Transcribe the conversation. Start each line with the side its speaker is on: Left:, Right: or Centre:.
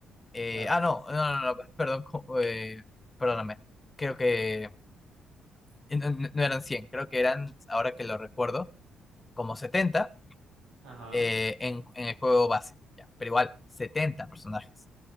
Left: Eh,
Right: claro,
Left: ah,
Right: sí,
Left: no,
Right: sí,
Left: no, no, no, perdón, co- eh, perdóname. Creo que eh, no, no- no eran cien creo que eran, ahora que lo recuerdo, como 70
Right: Ajá.
Left: eh, en, en el juego base. ya. Pero igual, 70 personajes.